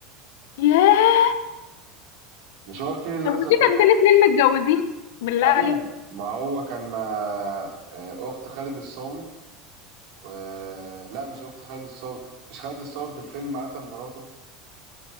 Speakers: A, on the left; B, on the right.
A: ياه
B: مش هو الفيل الازرق
A: طب ودي
B: ده
A: كانت بين اتنين متجوزين بالله
B: ايوه
A: عليك
B: ما هو كان مع آه، اخت خالد الصاوي و- لا مش اخت خالد الصاوي مش خالد الصاوي في الفيلم قتل مراته